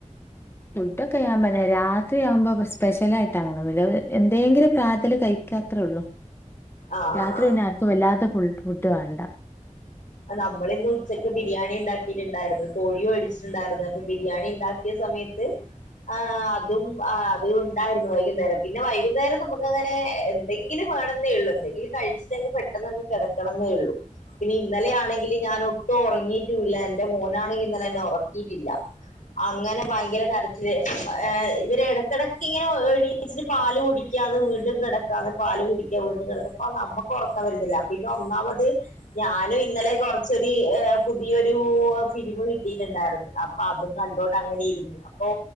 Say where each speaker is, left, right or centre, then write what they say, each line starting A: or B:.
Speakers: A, on the left; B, on the left.
A: ഇക്കെെയ ആകുമന്നെ രാത്രിയാവുമ്പോ സ്പെഷ്യല ആയിട്ട്ാങ്ങണ എന്തെങ്കിലും പ്രാതല് കഴിക്കാത്രേ ഉള്ളൂ
B: ആഹ്
A: രാത്രി പിന്നെ ആർക്കും വല്ലാത്ത ഫു ഫുഡ് വേണണ്ട
B: നമ്മളിന്ന് ഉച്ചക്ക് ബിരിയാണി ഉണ്ടാക്കിയിട്ടുണ്ടായിരുന്നു കോഴിവേടിച്ചിട്ടുണ്ടായിരുന്നു അപ്പൊ ബിരിയാണി ഉണ്ടാക്കിയ സമയത്ത് ആ അതും ആ അതും ഉണ്ടായിരുന്നു വൈകുന്നേരം പിന്നെ വൈകുന്നേരം നമുക്ക് അങ്ങനെ എന്തെങ്കിലും വേണെന്നെ ഉള്ളൂ എന്തെങ്കിലും കഴിച്ചിട്ടങ്ങ് പെട്ടെന്നങ്ങ് കിടക്കണെന്നേയുള്ളൂ പിന്നെ ഇന്നലെ ആണെങ്കില് ഞാൻ ഒട്ടും ഉറങ്ങിട്ടൂല്ല എൻ്റെ മോനാണെങ്കിൽ ഇന്നലെ എന്നെ ഉറക്കിയിട്ടില്ല അങ്ങനെ ഭയങ്കര കരച്ചില് <unintelligible> ഇടക്കിടക്ക് ഇങ്ങനെ എണീച്ചിട്ട് പാല് കുടിക്കാ വീണ്ടും കിടക്കാ പാല് കുടിക്ക വീണ്ടും കിടക്ക അപ്പോ നമ്മൾക്ക് ഉറക്കം വരുന്നില്ല പിന്നെ ഒന്നാമത് ഞാൻ ഇന്നലെ കുറച്ചൊരു പുതിയൊരു ഫിലിമ് കിട്ടിട്ടുണ്ടായിരുന്നു അപ്പൊ അതും കണ്ടോണ്ട് അങ്ങനെ ഇരുന്ന് അപ്പൊ